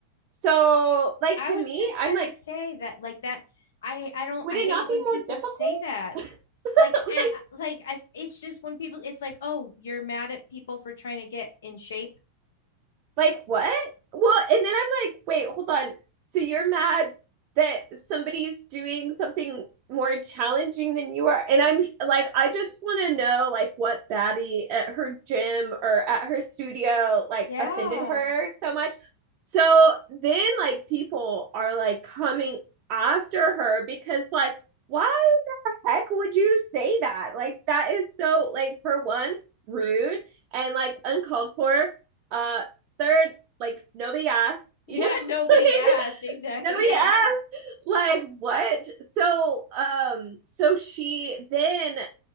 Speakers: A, on the right (about 40°); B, on the left (about 60°).
A: So, like
B: I
A: to
B: was
A: me,
B: just
A: I'm
B: gonna
A: like,
B: say that like that I I don't
A: would
B: I
A: it
B: hate
A: not
B: when
A: be
B: people
A: more difficult?
B: say that.
A: <laughs> like
B: Like and uh, like I it's just when people it's like, "Oh, you're mad at people for trying to get in shape."
A: Like, what? Well, and then I'm like, wait, hold on. So you're mad that somebody's doing something more challenging than you are? And I'm like, I just want to know, like, what baddie at her gym or at her studio, like,
B: Yeah.
A: offended her
B: <laughs>
A: so much. So then, like, people are like coming after her because, like, why heck would you say that? Like that is so like for one, rude and like uncalled for. Uh third, like nobody asked, you
B: Yeah,
A: know? <laughs>
B: nobody
A: like
B: asked. Exactly.
A: nobody
B: Yeah.
A: asked.
B: <laughs>
A: Like what? So um so she then